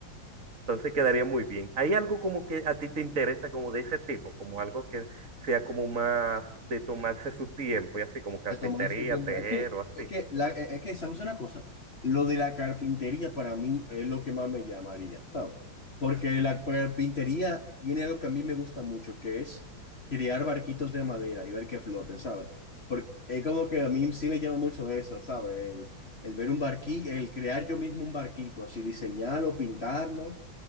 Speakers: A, on the right; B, on the left.
A: Entonces quedaría muy bien. ¿Hay algo como que a ti te interesa como de ese tipo? Como algo que sea como más de tomarse su tiempo y así como carpintería,
B: de tomarse su tiempo.
A: tejer
B: Es que,
A: o así.
B: es que, la, es es que, ¿sabes una cosa? Lo de la carpintería para mí es lo que más me llamaría, ¿sabes? Porque la carpintería tiene algo que a mí me gusta mucho, que es crear barquitos de madera y ver que floten, ¿sabes? Porque es como que a mí sí me llama mucho eso, ¿sabes? El, el ver un barquillo, el crear yo mismo un barquito, así diseñarlo, pintarlo